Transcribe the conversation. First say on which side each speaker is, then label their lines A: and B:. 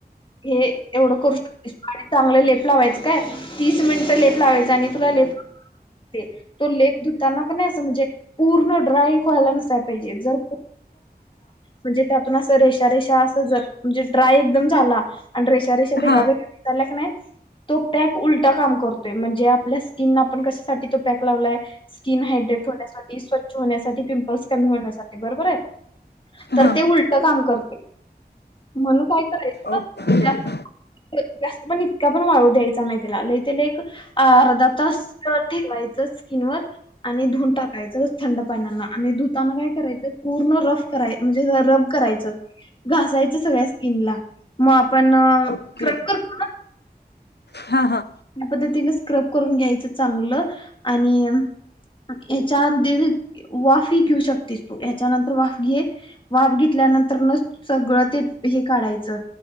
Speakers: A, on the left (about 30°); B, on the left (about 85°).
A: हे एवढं करु शकतेस काय चांगलं लेप लावायचं काय तीस मिनिटं लेप लावायचं आणि तुला लेप ते तो लेप धुताना का नाही असं म्हणजे पूर्ण ड्राय व्हायला नस पाहिजे जर. तो म्हणजे त्यातून अस रेष रेषा अस म्हणजे ड्राय एकदम झाला आणि रेषा रेषा ' उ
B: हा
A: तो क्याप उलटा काम करतो म्हणजे आपल्यास स्किन आपण कशासाठी तो पॅक लावलायं- स्किन हायड्रेट होण्यासाठी स्वच्छ होण्यासाठी पिंपल्स कमी होण्यासाठी बरोबर आहे तर
B: हा
A: ते उलट काम करतील म्हणून काय करायचं.
B: ओके
A: त्यात जास्त पण इतका पण वाळू द्यायचा नाही तीला लय - त्याला एक अर्धा तास ठेवायचं स्किन वर आणि धुून टाकायचं थंड पाण्याना आणि धुताना काय करायचं. पूर्ण रफ करा म्हणजे रब करायचं- घासायच सगळ्या स्किनला मग आपण
B: ओके
A: स्ब करो
B: हा हा
A: ह्या पद्धतीने स्क्रब करून घ्यायचं चांगलं आणि हच्यांदरीत वाफी घेऊ शकतेस तू ह्याच्यानंतर वाफ- घे वाफ घेतल्यानंतर न सगळं ते हे काढायचं